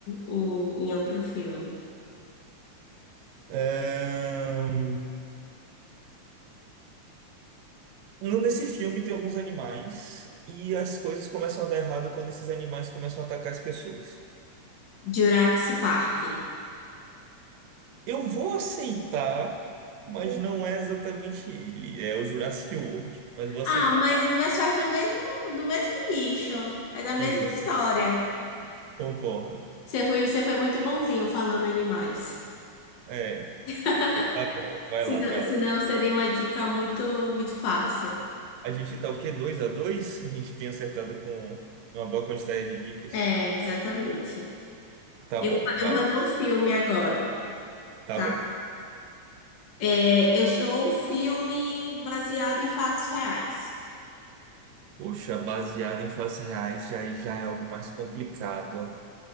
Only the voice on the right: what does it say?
Ahn, no- Nesse filme tem alguns animais e as coisas começam a dar errado quando esses animais começam a atacar as pessoas.
Eu vou aceitar, mas não é exatamente ele. É o Jurassic World, mas vou aceitar.
Sim,
sim, concordo.
É.
Tá bom, vai
lá, vai
lá. tá
bom.
A gente tá o quê? dois a dois A gente tem acertado com uma boa quantidade de dicas.
Tá
bom, vai
lá.
Tá
bom.
Poxa, baseado em fatos reais já, já é algo mais complicado.